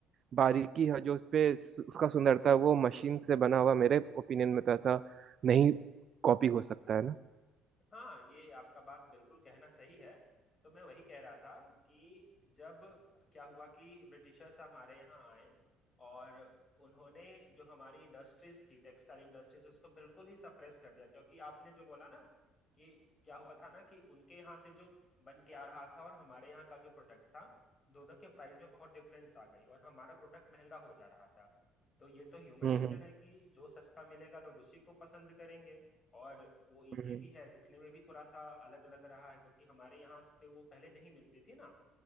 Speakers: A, on the right; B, on the left.
A: बारीकी है जो उस पे सु- उसका सुंदरता है वो मशीन से बना हुआ मेरे ओपिनियन में तो ऐसा नहीं कॉपी हो सकता है ना
B: हाँ ये आपका बात बिल्कुल कहना सही है तो मैं वही कह रहा था कि जब क्या हुआ कि ब्रिटिशर्स हमारे यहाँ आए और उन्होंने जो हमारी इंडस्ट्रीज थी टेक्सटाइल इंडस्ट्रीज उसको बिल्कुल ही सप्रेस कर दिया क्योंकि आपने जो बोला ना कि क्या हुआ था ना कि उनके यहाँ से जो बन के आ रहा था और हमारे यहाँ का जो प्रोडक्ट था दोनों के प्राइस में बहुत डिफरेंस आ गई और हमारा प्रोडक्ट महंगा हो जा रहा था तो ये तो ह्यूमन
A: हम्म
B: नेचर
A: हम्म
B: है कि जो सस्ता मिलेगा लोग उसी को पसंद करेंगे और वो इजी
A: हम्म
B: भी है दिखने में भी थोड़ा सा अलग अलग रहा है क्योंकि हमारे यहाँ पे वो पहले नहीं मिलती थी ना